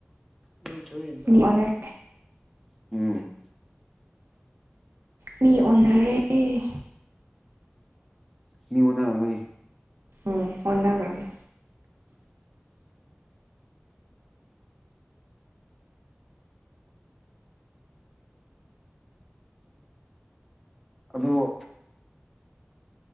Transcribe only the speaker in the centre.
<unintelligible>
ꯎꯝ
ꯃꯤ ꯑꯣꯅꯔꯝꯒꯅꯤ
ꯑꯗꯣ